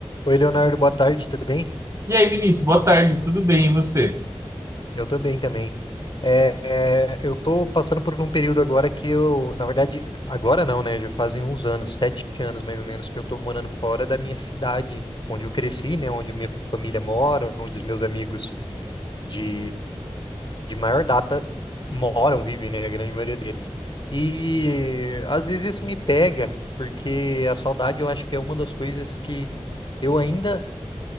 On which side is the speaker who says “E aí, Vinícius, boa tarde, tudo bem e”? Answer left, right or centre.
Right